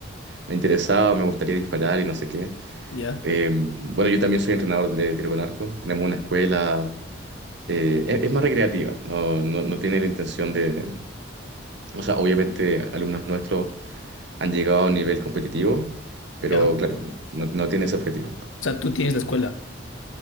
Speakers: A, on the right; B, on the left.
A: me interesaba, me gustaría disparar y no sé qué.
B: Ya,
A: Eh, bueno, yo también soy entrenador de tiro con arco. Tenemos una escuela eh, es, es más recreativa, no, no, no tiene la intención de... O sea, obviamente alumnos nuestros han llegado a un nivel competitivo, pero
B: ya.
A: claro, no, no tiene ese objetivo.
B: O sea, tú tienes la escuela.